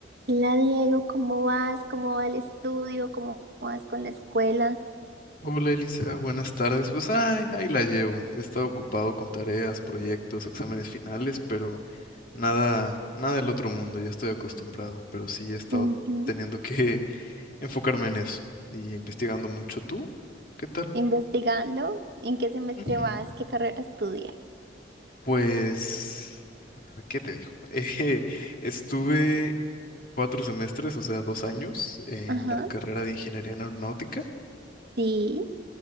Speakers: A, on the right; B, on the left.
A: Hola Diego, ¿cómo vas? ¿Cómo va el estudio? ¿Cómo vas con la escuela?
B: Hola Elisa, buenas tardes. Pues ay, ahí la llevo. He estado ocupado con tareas, proyectos, exámenes finales, pero nada, nada del otro mundo, ya estoy acostumbrado, pero sí he estado
A: Ujú.
B: teniendo que <laughs> enfocarme en eso y investigando mucho. ¿Tú? ¿Qué tal?
A: ¿Investigando? ¿En qué semestre
B: Ujú.
A: vas? ¿Qué carrera estudias?
B: Pues, ¿qué te digo? <laughs> Eh, estuve cuatro semestres, o sea, dos años en
A: Ajá,
B: la carrera de ingeniería en aeronáutica
A: sí.